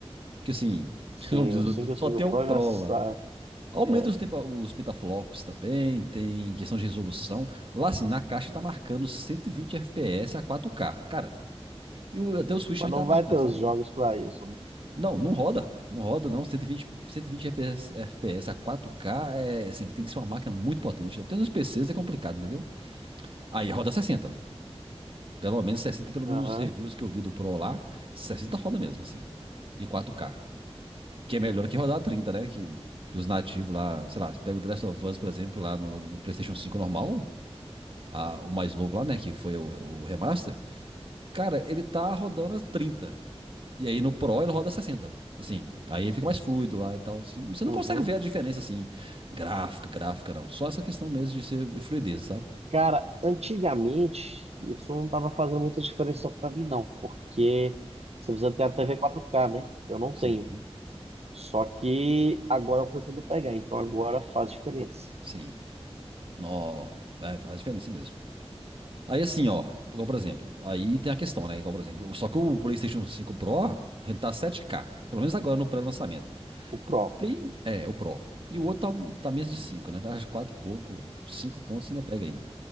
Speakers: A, on the right; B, on the right.
A: Que assim, <laughs>
B: Sim,
A: como diz
B: o
A: o
B: single
A: outro, só
B: single
A: tem
B: pro
A: o Pro
B: já sai.
A: lá. Aumenta
B: É.
A: os, tempa- os petaflops também, tem questão de resolução. Lá, assim, na caixa tá marcando 120 FPS a 4K. Cara, e o- até o Switch
B: Mas
A: também
B: não
A: tá marcando,
B: vai ter
A: sabe?
B: os jogos pra isso, né?
A: Não, não roda. Não roda, não. 120, 120 FPS, a 4K é, assim, tem que ser uma máquina muito potente. Até nos PCs é complicado, entendeu? Aí roda 60. Pelo menos 60, pelo
B: Aham.
A: menos os reviews que eu vi do Pro lá, 60 roda mesmo, assim, de 4K. Que é melhor que rodar 30, né? Que, que os nativos lá, sei lá, pega o The Last of Us, por exemplo, lá no, no PlayStation 5 normal, a- o mais novo lá, né? Que foi o, o remaster. Cara, ele tá rodando as 30. E aí no Pro ele roda 60. Assim, aí fica mais fluido lá e tal. assim. Você não
B: Uhum.
A: consegue ver a diferença, assim, gráfica, gráfica, não. Só essa questão mesmo de ser de fluidez, sabe?
B: Cara, antigamente isso não tava fazendo muita diferença pra mim, não, porque você precisa ter a TV quatro k né? Eu não
A: Sim,
B: tenho. Só que agora eu pretendo pegar, então agora faz diferença.
A: sim. Nó, é, faz diferença mesmo. Aí assim, ó, igual por exemplo, aí tem a questão, né? Igual por exemplo, só que o PlayStation 5 Pro, ele tá 7K, pelo menos agora no pré-lançamento.
B: O Pro,
A: Tem, é, o Pro. E o outro tá, um- tá menos de 5, né? Dá uns 4 e pouco, 5 contos você ainda pega ainda.